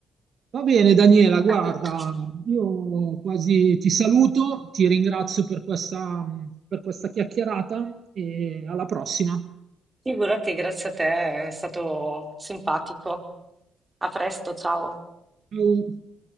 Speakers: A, on the right (about 55°); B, on the right (about 15°).
A: Va bene, Daniela, guarda,
B: Capito.
A: io quasi ti saluto, ti ringrazio per questa, per questa chiacchierata e alla prossima.
B: Figurati, grazie a te, è stato simpatico. A presto, ciao.
A: Ciao.